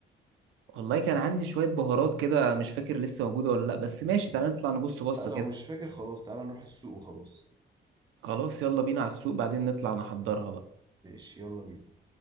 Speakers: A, on the right (about 85°); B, on the right (about 20°).
A: والله كان عندي شوية بهارات كده مش فاكر لسه موجودة ولا لأ بس ماشي تعالى نطلع نبص بصة
B: لا لو
A: كده
B: مش فاكر خلاص تعالى نروح السوق وخلاص
A: خلاص يلا بينا على السوق بعدين نطلع نحضرها بقى
B: ماشي يلا بينا